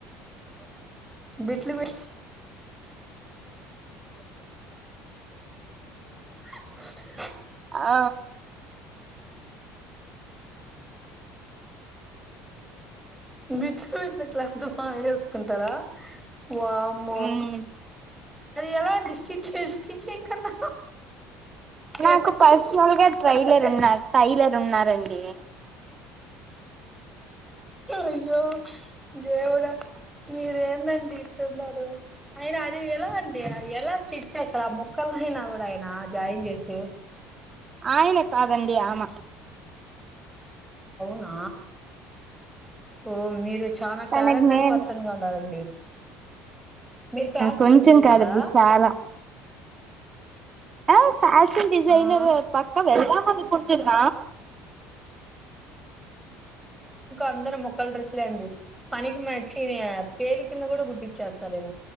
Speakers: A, in the centre; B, on the right.
A: బిట్లు మీిర్ స
B: ఆ
A: బిట్లు బిట్లు క్లాత్ వేసుకుంటారా వామ్మో
B: మ్మ్
A: అది ఎలా అండి స్ స్టిచింగ్ కన్నా
B: నాకు
A: ఎట్ట
B: పర్సనల్ గా ట్రైలర్ ఉన్నారు టైలర్ ఉన్నారు రండి
A: అయ్యో దేవుడా మీర ఏందండి ఇట్న్నారు ఆయన అది ఎలావండి ఎలా స్టిచ్ చేస్తారు ఆ ముొక్కలు అయినా కూడా ఆయన జాయిన్ చేసే
B: ఆయన కాదండి ఆమ
A: అవునా ఓ మీరు చాలా
B: తనకు
A: టాలెంటెడ్
B: నేను
A: పర్సన్ గా ఉన్నారండి మీరు ఫ్యాషన్
B: కొంచెం
A: డిజైనరా
B: కాదంది చాలా ఆ ఫ్యాషన్ డిజైనర్
A: ఆ
B: పక్క వెళ్దాం అనుకుంటున్న
A: అందర మొక్కల డ్రెస్ లేండి పనికి మచ్చి పేలి కింద కూడా గుర్తించేస్తారుేమ